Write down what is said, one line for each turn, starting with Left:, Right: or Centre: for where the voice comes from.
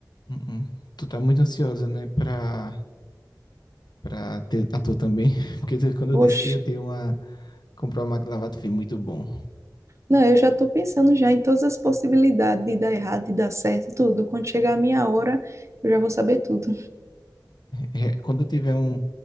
Left: Uh-uh. Tu tá muito ansiosa, né, pra, pra ter a tua também, <laughs> porque tu- quando eu disse
Right: Oxe,
Left: que ia ter uma, comprar uma máquina de lavar, tu fez muito bom.
Right: não, eu já tô pensando já em todas as possibilidades de dar errado, de dar certo, tudo. Quando chegar a minha hora, eu já vou saber tudo.
Left: É, é, quando eu tiver um,